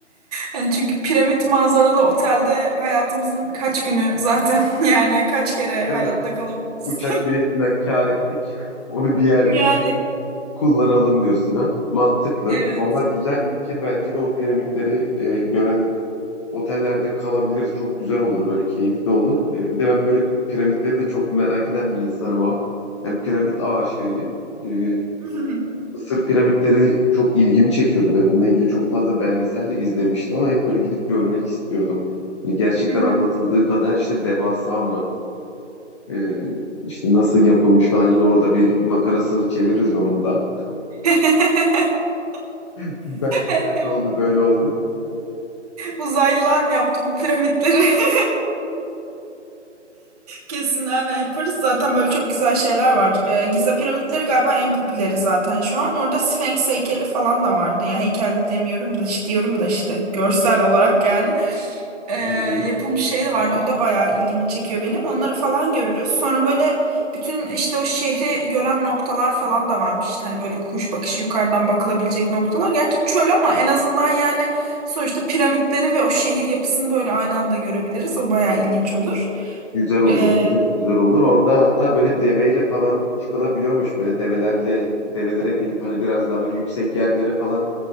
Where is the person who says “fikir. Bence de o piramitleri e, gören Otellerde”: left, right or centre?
Left